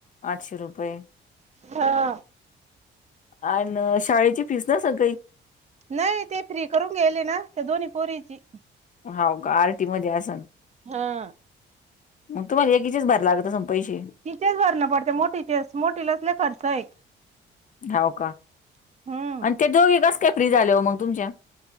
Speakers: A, on the left (about 40°); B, on the right (about 35°).
A: आठशे रुपये.
B: हा.
A: आन शाळेची फीज नसणं काही
B: नाय ते फ्री करून घ्यायले ना त्या दोन्ही पोरीची
A: हाव का आर टी मध्ये आसंनं.
B: हा
A: मग तुम्हाला एकीचेच भरायला लागत असेल पैसे?
B: तिचेच भरणं पडते मोठीचेच. मोठीला लय खर्च आहे.
A: हो का
B: हम्म
A: आणि ते दोघे कस काय फ्री झाले हो मग तुमच्या